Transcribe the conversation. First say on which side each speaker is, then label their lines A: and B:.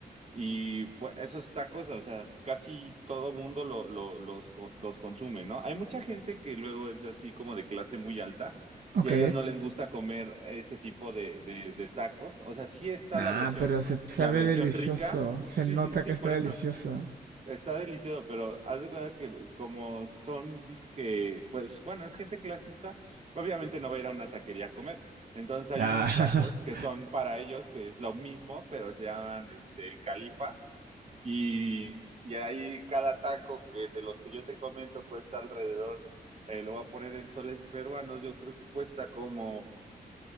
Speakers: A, on the right; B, on the right.
A: y pues, esos tacos, o sea, casi todo mundo lo, lo- los, co- los consume, ¿no? Hay mucha gente que luego es así como de clase muy alta
B: Ok.
A: y a ellos no les gusta comer ese tipo de, de, de tacos. O sea, sí está
B: Nah,
A: la versión,
B: pero se sabe
A: la versión
B: delicioso.
A: rica, <laughs>
B: Se
A: sí,
B: nota
A: sí, sí,
B: que está
A: por
B: delicioso.
A: eso, está delicioso, pero haz de cuenta que como son, dizque, pues bueno, es gente clasista, obviamente no va a ir a una taquería a comer. Entonces
B: Claro.
A: hay unos tacos
B: <laughs>
A: que son para ellos, que es lo mismo, pero se llaman este, el califa. Y, y ahí cada taco que de los que yo te comento cuesta alrededor, eh, lo voy a poner en soles peruanos, yo creo que cuesta como